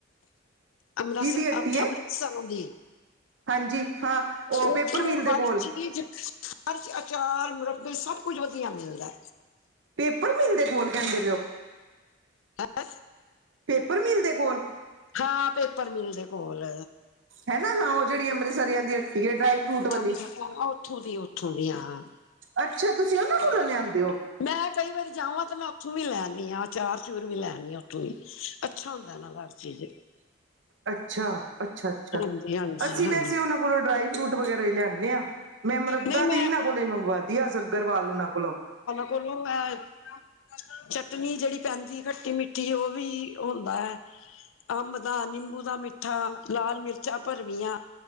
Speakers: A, on the left; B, on the right.
A: ਅੰਮ੍ਰਤ
B: ਕਿਹਦੀ ਹੱਟੀ
A: ਅੰਮ੍ਰਿਤਸਰਾ
B: ਏ
A: ਦੀ।
B: ਹਾਂਜੀ ਹਾਂ ਉਹ
A: ਉੱਥੋਂ
B: ਪੇਪਰ ਮਿਲ
A: ੳਹ
B: ਦੇ
A: ਹਰ
B: ਕੋਲ
A: ਚੀਜ਼। ਹਰ ਆਚਾਰ, ਮੁਰੱਬੇ ਸਭ ਕੁੱਝ ਵਧੀਆ ਮਿਲਦਾ।
B: ਪੇਪਰ ਮਿਲ ਦੇ ਕੋਲ ਕਹਿੰਦੇ ਪੇ ੳ।
A: ਹੈਂ। <unintelligible>
B: ਪੇਪਰ ਮਿਲ ਦੇ ਕੋਲ।
A: ਹਾਂ ਪੇਪਰ ਮਿਲ ਦੇ ਕੋਲ।
B: ਹੈ ਨਾ ਹਾਂ ਉਹ ਜਿਹੜੀ ਅੰਮ੍ਰਿਤਸਰੀਆਂ ਦੀ ਹੱਟੀ ਡਰਾਈ। ਫਰੂਟ ਵਾਲੀ
A: ਹਾਂ ਉੱਥੋਂ ਦੀ ਉੱਥੋਂ ਦੀ ਹਾਂ।
B: ਅੱਛਾ ਤੁਸੀਂ ਉਹਨਾਂ ਕੋਲੋਂ ਲਿਆਂਦੇ ਹੋ।
A: ਮੈਂ ਕਈ ਵਾਰੀ ਜਾਵਾਂ ਤੇ ਮੈਂ ਉੱਥੋਂ ਵੀ ਲੈਨੀ ਆਂ ਅਚਾਰ ਚੁਰ ਵੀ ਲੈ ਆਨੀ ਆ ਉੱਥੋਂ ਵੀ। ਅੱਛਾ ਹੁੰਦਾ ਨਾ ਹਰ ਚੀਜ਼।
B: ਅੱਛਾ ਅੱਛਾ ਅੱਛਾ
A: ਹਾਂਜੀ ਹਾਂਜੀ
B: ਅਸੀਂ
A: ਹਾਂ
B: ਵੈਸੇ ਉਹਨਾਂ ਕੋਲੋਂ ਡਰਾਈ ਫਰੂਟ ਵਗੈਰਾ ਹੀ ਲਿਆਨੇ। ਨਿਆ ਮੈਂ ਮੁਰੱਬਾ
A: ਨਹੀਂ ਮੈਂ
B: ਤੇ ਇਨਾਂ ਕੋਲੋਂ ਮੰਗਵਾਦੀ ਆ ਅਗਰਵਾਲ ਉਹਨਾਂ ਕੋਲੋਂ।
A: ਕੋਲ਼ੇ ਹੈ। <unintelligible> ਚਟਨੀ ਜਿਹੜੀ ਪੈਂਦੀ ਖੱਟੀ ਮਿੱਠੀ ਉਹ ਵੀ ਹੁੰਦਾ ਹੈ। ਅੰਬ ਦਾ ਨਿੰਬੂ ਦਾ ਮਿੱਠਾ ਲਾਲ ਮਿਰਚਾਂ ਭਰਵੀਆਂ।